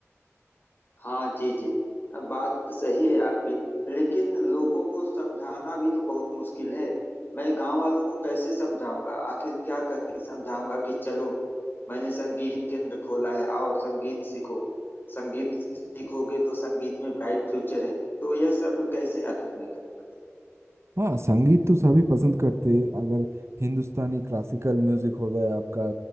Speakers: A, on the left; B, on the right.
A: हाँ जी जी अब बात तो सही है आपकी लेकिन लोगों को समझाना भी तो बहुत मुश्किल है मैं गांव वालों को कैसे समझाऊंगा आखिर क्या कह के समझाऊंगा कि चलो मैंने संगीत केंद्र खोला है आओ संगीत सीखो संगीत सीखोगे तो संगीत में ब्राइट फ्यूचर है तो यह सब कैसे आखिर मैं करूँगा
B: हाँ संगीत तो सभी पसंद करते हैं। अगर हिंदुस्तानी क्लासिकल म्यूजिक हो गया आपका